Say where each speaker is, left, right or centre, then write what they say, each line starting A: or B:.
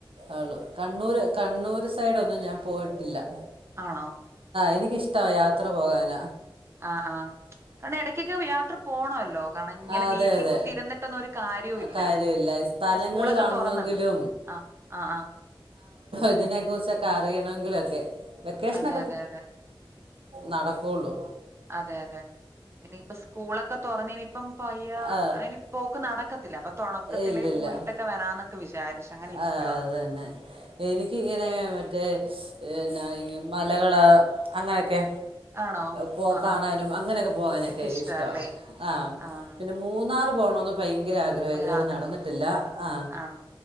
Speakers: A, on the right (about 85°); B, on the right (about 30°).
A: ആള് കണ്ണൂര് കണ്ണൂര് സൈഡൊന്നും ഞാൻ പോയിട്ടില്ല.
B: ആണോ
A: എനിക്ക് ഇഷ്ട്ടാ യാത്ര പോവാന.
B: ആ ആ കാണം എടക്കൊക്കെ യാത്ര പോണല്ലോ. കാരണം ഇങ്ങനെ
A: അതേ
B: വീട്ടിൽ
A: അതേ
B: കുത്തിയിരുന്നിട്ടൊന്നും ഒരു കാര്യവും ഇല്ല
A: കാര്യവില സ്ഥല
B: ഇപ്പ സ്കൂളൊക്കെ
A: കാണണകിലു
B: തുറന്നല്ലോ ആഹ് ആഹ് ആഹ്
A: ഇതിനെ കുറിച്ച് അറിയണം വേകേശന്
B: അതെ അതെ അതെ
A: നടകുളു
B: അതേ അതേ ഇനി പോലെ സ്കൂളൊകേ തുറന്നു ഇനിപോ അപ്പ അയ്യ
A: ആ,
B: ഇനി പോക്ക് നടക്കത്തില്ല അപ്പൊ തുടക്കത്തിലേ
A: ഇല്ലില്ല
B: പോയിട്ടൊക്കെ വരാന്നൊക്കെ വിചാരിച്ചു അങ്ങനെ ഇരിക്കുവാ
A: ആ അതന്നെ എനിക്കിങ്ങനെ മറ്റേ ഇന്നേ മലകള് അങ്ങനെയൊക്കെ
B: ആണോ
A: പോ
B: ആഹ്
A: കാണാനും
B: ആഹ്
A: അങ്ങനെയൊക്കെ പോകാനൊക്കെ
B: എക്ക് ഇഷ്ടാല്ലേ
A: ഇഷ്ടം ആഹ
B: ആഹ്
A: പിന്നെ മൂന്നാറ് പോണോന്ന് ഭയങ്കര ആഗ്രഹം
B: ഭയങ്കര
A: ഇതു വരെ
B: ആഗ്രഹം
A: നടന്നിട്ടില്ല ആ
B: ആണോ